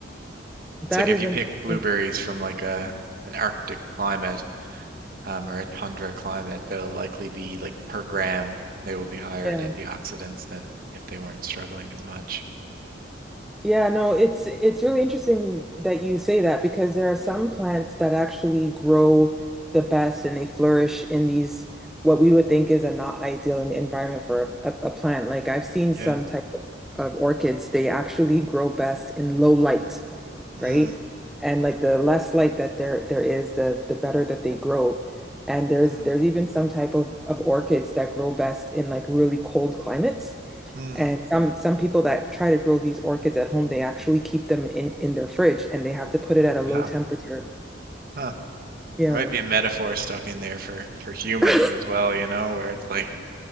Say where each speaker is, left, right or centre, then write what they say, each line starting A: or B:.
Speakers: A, in the centre; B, on the right.
A: That
B: It's like if
A: is
B: you
A: amazing.
B: pick blueberries from like a an Arctic climate, um, or a tundra climate, they'll likely be like per gram, they will be higher
A: Yeah.
B: in antioxidants than if they weren't struggling as much.
A: Yeah, no, it's it's really interesting that you say that because there are some plants that actually grow the best and they flourish in these what we would think is a not ideal en- environment for a, a plant. Like I've seen some
B: Yeah.
A: type of, of orchids, they actually grow best in low light,
B: Mm,
A: right? And like the less light that there there is, the the better that they grow. And there's
B: mm,
A: there's even some type of, of orchids that grow best in like really cold climates.
B: mm.
A: And some some people that try to grow these orchids at home, they actually keep them in in their fridge and they have to put it at a low
B: Huh,
A: temperature.
B: huh.
A: Yeah.
B: There might be a metaphor stuck in there for for humans
A: <laughs>
B: as well, you know, where it's like